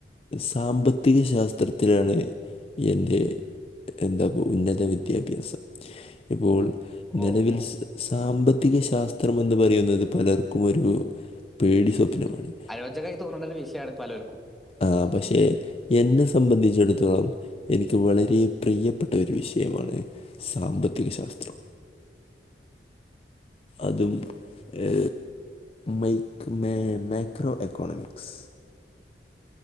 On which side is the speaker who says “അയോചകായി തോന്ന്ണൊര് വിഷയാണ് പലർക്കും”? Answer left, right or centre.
Centre